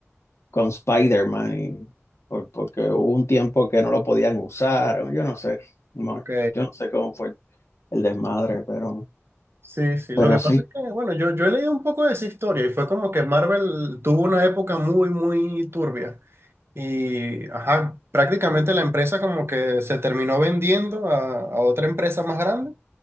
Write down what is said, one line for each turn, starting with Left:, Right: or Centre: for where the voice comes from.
Left: con Spider-Man, y- por- porque hubo un tiempo que no lo podían usar. o Yo no sé, no,
Right: Ok,
Left: yo no sé cómo fue el desmadre, pero,
Right: sí, sí.
Left: pero
Right: Lo que
Left: sí.
Right: pasa es que, bueno, yo, yo he leído un poco de esa historia y fue como que Marvel tuvo una época muy, muy turbia. Y, ajá, prácticamente la empresa como que se terminó vendiendo a, a otra empresa más grande